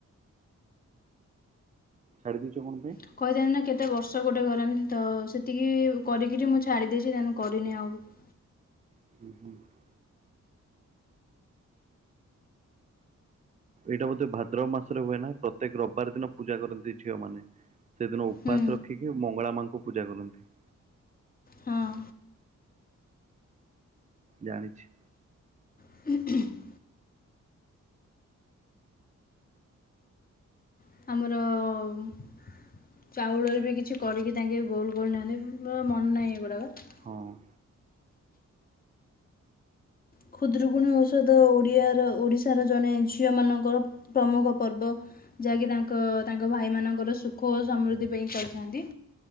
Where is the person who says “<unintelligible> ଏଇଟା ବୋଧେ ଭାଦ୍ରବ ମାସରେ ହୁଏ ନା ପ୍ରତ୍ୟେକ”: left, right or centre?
Right